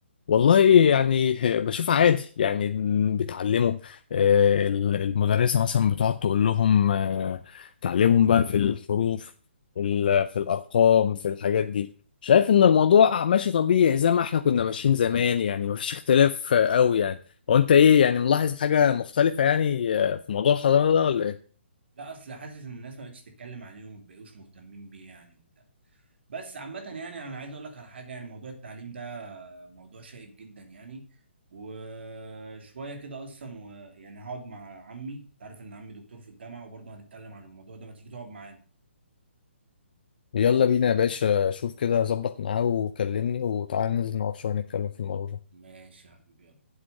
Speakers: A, on the left (about 45°); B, on the right (about 60°).
A: والله يعني بشوف عادي يعني بتعلمه آه، المدرسة مثلا بتقعد تقول لهم آه، تعلمهم بقى في الحروف في ال- في الأرقام في الحاجات دي شايف إن الموضوع ماشي طبيعي زي ما احنا كنا ماشيين زمان يعني مفيش اختلاف آه، قوي يعني هو أنت إيه يعني ملاحظ حاجة مختلفة يعني آه، في موضوع الحضانة ده ولا إيه؟
B: لا اصل حاسس ان الناس ما بقتش تتكلم عليهم وما بقوش مهتمين بيه يعني وبتاع بس عامة يعني انا عايز اقول لك على حاجة يعني موضوع التعليم ده موضوع شائك جدا يعني وشويه كده اصلا ويعني هقعد مع عمي انت عارف ان عمي دكتور في الجامعه وبرضه هنتكلم عن الموضوع ده ما تيجي تقعد معانا
A: يلا بينا يا باشا شوف كده ظبط معاه وكلمني وتعالى ننزل نقعد شوية نتكلم في الموضوع ده
B: ماشي يا حبيبي يلا